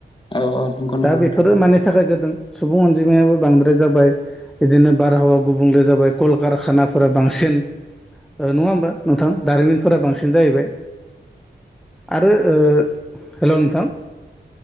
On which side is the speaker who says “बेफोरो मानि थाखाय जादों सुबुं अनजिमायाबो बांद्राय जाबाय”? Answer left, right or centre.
Centre